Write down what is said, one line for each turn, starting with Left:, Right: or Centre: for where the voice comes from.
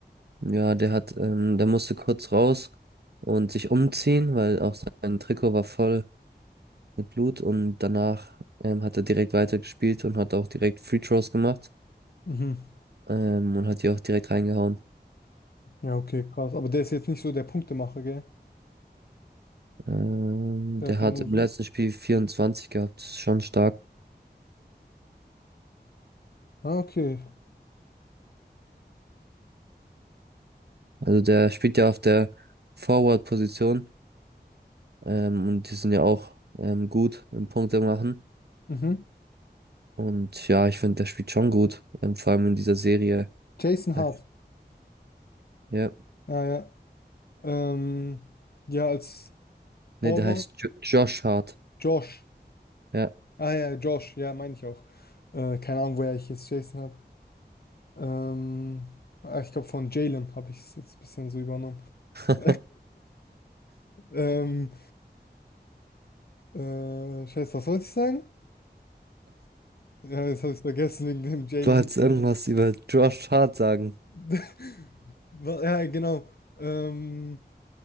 Right: ja, der hat, ähm, der musste kurz raus und sich umziehen, weil auch sein Trikot war voll mit Blut und danach ähm, hat er direkt weitergespielt und hat auch direkt Free Throws gemacht
Left: Mhm.
Right: ähm, und hat die auch direkt reingehauen.
Left: Ja, okay, krass. Aber der ist jetzt nicht so der Punktemacher, gell?
Right: Ähm,
Left: Der
Right: der
Left: hat
Right: hat
Left: ja nur
Right: im
Left: so.
Right: letzten Spiel 24 gehabt, das ist schon stark.
Left: Ah, okay.
Right: Also der spielt ja auf der Forward-Position ähm, und die sind ja auch ähm, gut im Punkte machen.
Left: Mhm.
Right: Und ja, ich finde, der spielt schon gut. Ähm, vor allem in dieser Serie.
Left: Jason
Right: Halt,
Left: Hart.
Right: Ja,
Left: Ah, ja. Ähm, ja, als
Right: nee,
Left: Torwart.
Right: der heißt jo Josh Hart.
Left: Josh.
Right: Ja.
Left: Ah, ja, Josh. Ja, meine ich auch. Äh, keine Ahnung, woher ich jetzt Jason habe. Ähm, ah, ich glaube, von Jalen habe ich es jetzt ein bisschen so übernommen. <laughs>
Right: <laughs>
Left: ähm, äh, scheiße, was wollte ich sagen? Ja, jetzt habe ich es vergessen wegen dem Jalen.
Right: Du wolltest irgendwas über Josh Hart sagen.
Left: <laughs> Wa- Ja, genau. Ähm,